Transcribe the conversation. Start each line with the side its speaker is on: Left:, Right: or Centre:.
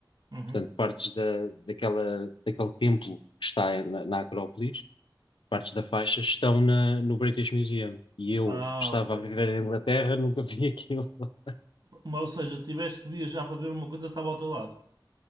Right: Uhum.
Left: portanto, partes da, daquela, daquele templo que está na, na Acrópolis, partes da faixa, estão na, no British Museum. E eu
Right: Ah,
Left: estava
Right: ok.
Left: a viver em Inglaterra, <laughs> nunca vi aquilo. <laughs>
Right: Mas, ou seja, tiveste que viajar para ver uma coisa que estava ao teu lado.